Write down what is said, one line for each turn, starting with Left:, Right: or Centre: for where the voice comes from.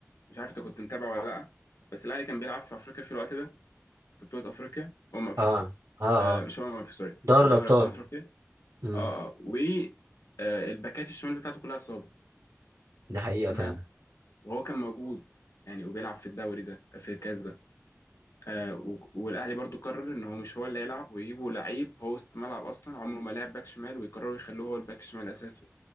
Left: مش عارف انت كنت متابع ولا لا بس الاهلي كان بيلعب في افريقيا في الوقت ده في بطوله افريقيا امم افريقيا
Right: اه اه
Left: آه
Right: اه
Left: مش امم افريقيا سوري
Right: دار
Left: الدوري
Right: الابطال
Left: ابطال افريقيا
Right: امم
Left: اه اه و آه، الباكات الشمال بتاعته كلها اتصابت
Right: دي حقيقه
Left: تمام
Right: فعلا
Left: وهو كان موجود يعني وبيلعب في الدوري ده في الكاس ده آه و- والاهلي برضو قرر ان هو مش هو اللي هيلعب ويجيبوا لعيب هو وسط ملعب اصلا عمره ما لعب باك شمال ويقرروا يخلوه هو الباك الشمال الاساسي